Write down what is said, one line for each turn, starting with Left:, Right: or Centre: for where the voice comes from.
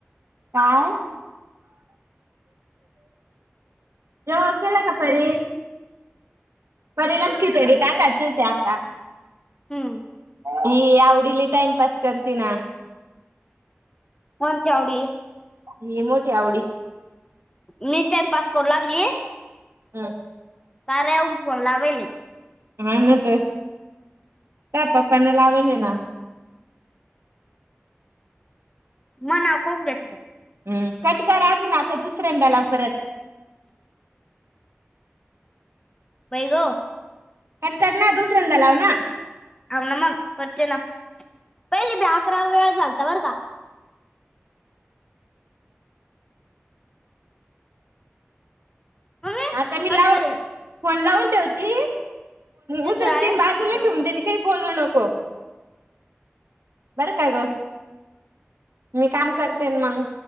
Right: काय जेवण केला का परी. परीलाच खिचडी टाकाचि हूती आता.
Left: हम्म.
Right: ह आवडीली टाइमपस करते ना.
Left: कोण तऊडी.
Right: ही मोठी आवडी
Left: मी टाइम पास करू लागली.
Right: हम्.
Left: कार्य हून फोन लावेल.
Right: ह नत काय पप्पने लावेेल ना.
Left: माय नाव काऊन घेतलं.
Right: ह कट कर अजून आता दुसऱ्यांदा लाव परत
Left: बई ग.
Right: कट कर ना दुसऱ्यांदा लाव ना.
Left: आव ना मग करते ना. पहिले बी अकरा वेळेस चालत बरका मम्मी
Right: आता मी
Left: कट
Right: लाव.
Left: करे
Right: फोन लावून ठेवती.
Left: तिसरा
Right: उचल
Left: आहे
Right: त बाजूला
Left: चौथा
Right: ठेवून देते काही बोलू नको. बरं काय ग मी काम करते मंग.